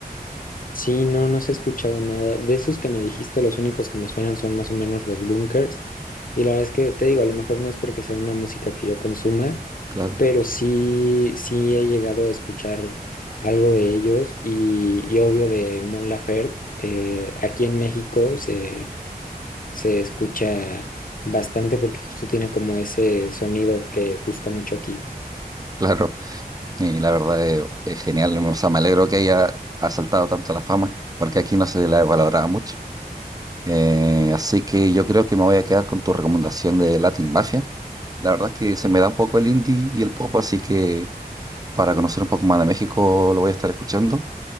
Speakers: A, on the left; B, on the right.
A: Sí, no, no se ha escuchado nada. De esos que me dijiste, los únicos que me suenan son más o menos los bunkers. Y la verdad es que te digo, a lo mejor no es porque sea una música que yo consuma,
B: Claro,
A: pero sí, sí he llegado a escuchar algo de ellos y, y obvio de Mon Laferte. eh, aquí en México se se escucha bastante porque justo tiene como ese sonido que gusta mucho aquí.
B: <laughs> claro. Y la verdad es, es genial. O sea, me alegro que haya asaltado tanto la fama, porque aquí no se la valoraba mucho. Eh, así que yo creo que me voy a quedar con tu recomendación de Latin Mafia. La verdad es que se me da un poco el indie y el pop, así que para conocer un poco más de México, lo voy a estar escuchando.